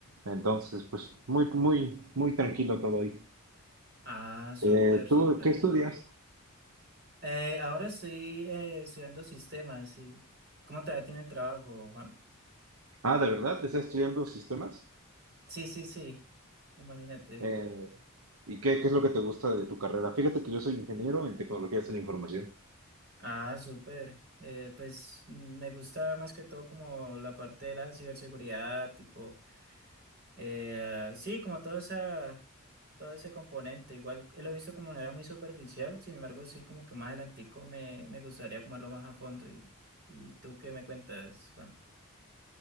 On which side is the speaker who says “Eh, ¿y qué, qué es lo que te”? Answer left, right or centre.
Right